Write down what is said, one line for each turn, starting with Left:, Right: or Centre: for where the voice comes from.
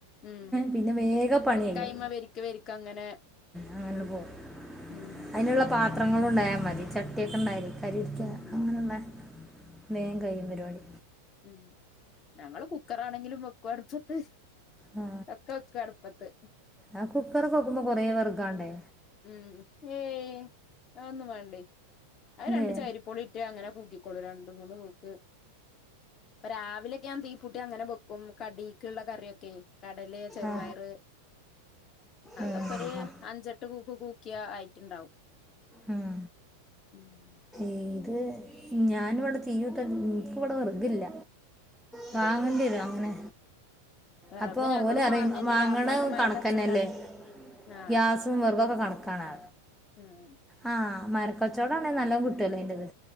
Left: ഉം
Centre: പിന്നെ വേഗം പണി
Left: ഒക്കയ്മ
Centre: കയ്യും
Left: വരിക്ക വരിക്ക അങ്ങനെ
Centre: അങ്ങനാണ്ട് പോവും
Left: ഉം
Centre: അയിന്ള്ള പാ ത്രങ്ങളും ഇണ്ടായാ മതി ചട്ടിയൊക്കെ ഇണ്ടായാലെ കരി പിടിക്യാ
Left: ഉം
Centre: അങ്ങനെണ്ട വേം കയ്യും പരിവാടി
Left: ഉം ഞങ്ങള് കുക്കറാണെങ്കിലും വെക്കു അടുപ്പത്ത്
Centre: ആ
Left: ഒക്ക വെക്കും അട്പ്പത്ത്
Centre: ആ കുക്കറ് ഒക്ക വെക്കുമ്പം കൊറെ വെർഗാണ്ടേ
Left: ഉം ഏയ് അതൊന്നും വേണ്ടേ അത്
Centre: ഇല്ലേ
Left: രണ്ട് ചെയ്രി പ്പൊളിട്ട അങ്ങനെ കൂക്കിക്കോളും രണ്ട് മൂന്ന് കൂക്ക് ഇപ്പ രാവിലക്കെ ഞാൻ തീ പു ട്ട അങ്ങനെ ബെക്കും കടീക്ക്ള്ള കറിയൊക്കെ കടലെ ചെറുപയറ്
Centre: ആ ആ
Left: അതൊക്കൊര്
Centre: ഉം, ആ
Left: അഞ്ചെട്ട് കൂക്ക് കൂക്ക്യാ ആയിട്ട്ണ്ടാവും.
Centre: ഉം.
Left: ഉം.
Centre: ഏത് ഞാൻ ഇവടെ തീയൂട്ടാൻ ഇൻക്ക് വട വെർഗില്ല. വാങ്ങണ്ട്യരു
Left: ആഹ്
Centre: അങ്ങനെ
Left: വിറകും
Centre: അപ്പൊ
Left: ഞങ്ങളും
Centre: ഓലറിം
Left: വാങ്ങന്നെ
Centre: വാങ്ണ
Left: വാപ്പാക്കന്മാരെ
Centre: കണക്കന്നല്ലേ
Left: കച്ചവടാണ് ആഹ്
Centre: ഗ്യാസും വെർഗൊക്ക കണക്കാണ്
Left: ഉം
Centre: ആ മരക്കച്ചോടാണെ നല്ലോം കിട്ടല്ലോ അയിന്റത്.